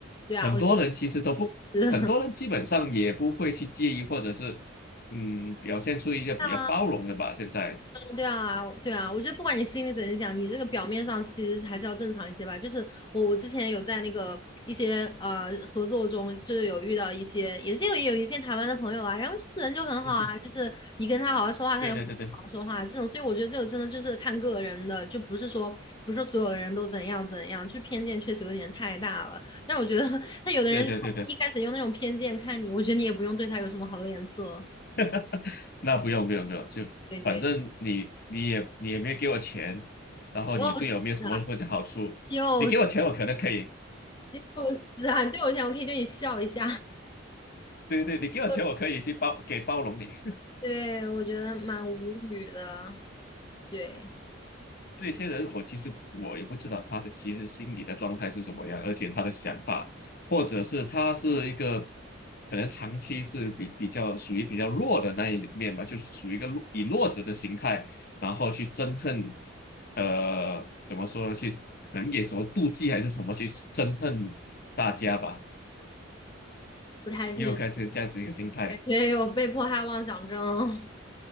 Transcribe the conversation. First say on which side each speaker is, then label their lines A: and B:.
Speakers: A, on the left (about 20°); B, on the left (about 50°).
A: 对啊，
B: 很多人其实都不，
A: 我觉得是
B: 很多人基本上也不会去介意，或者是嗯，表现出一些比较包容的吧。
A: <laughs>。
B: 现在，
A: 对啊，对啊，我觉得不管你心里怎么想，你这个表面上其实还是要正常一些吧。就是我，我之前有在那个一些呃合作中，就是有遇到一些，也是有有一些台湾的朋友啊，然后就是人就很好啊，
B: <laughs> 嗯
A: 就是你跟他好好说话，他也会好好说话这种。
B: 对对对对
A: 所以我觉得这个真的就是看个人的，就不是说不是所有的人都怎样怎样，就偏见确实有点太大了。但我觉得，那有的人如果一开始用那种偏见看你，
B: 对对对对。
A: 我觉得你也不用对他有什么好的脸色。
B: <laughs> 那不用不用不用，就反正你你也你也没有给我钱，
A: 对对，
B: 然后你对我没有什么
A: 就是啊，
B: <laughs> 或者好处，
A: 就是。
B: 你给我钱我可能可以，
A: 就是啊，你对我这样，我可以对你笑一下。
B: 对对对，你给我钱我可以去包给包容你。
A: <laughs> 对，我觉得蛮无语的，对，
B: 这些人，我其实我也不知道他的其实心理的状态是什么样，而且他的想法，或者是他是一个可能长期是比比较属于比较弱的那一面吧，就是属于一个弱以弱者的形态，然后去憎恨，呃，怎么说呢？去可能也什么妒忌还是什么去憎恨大家吧，
A: 不太清，
B: 也有该成这样子一个心态。
A: 感觉有被迫害妄想症。